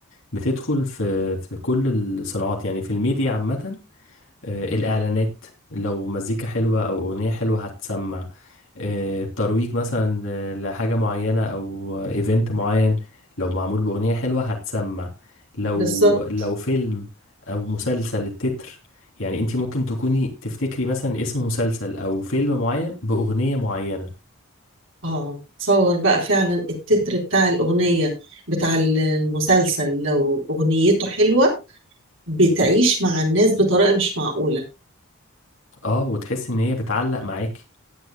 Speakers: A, on the left; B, on the right.
A: بتدخل في في كل الصناعات يعني في الميديا عامة آه، الإعلانات لو مزيكا حلوة أو أغنية حلوة هتسمع آه، الترويج مثلا آه، لحاجة معينة أو إيفنت معين لو معمول بأغنية حلوة هتسمع لو
B: بالظبط
A: لو فيلم أو مسلسل التتر يعني أنت ممكن تكوني تفتكري مثلا اسم مسلسل أو فيلم معين بأغنية معينة
B: اه تصور بقى فعلا التتر بتاع الأغنية بتاع المسلسل لو أغنيته حلوة بتعيش مع الناس بطريقة مش معقولة
A: اه وتحس إن هي بتعلق معاكي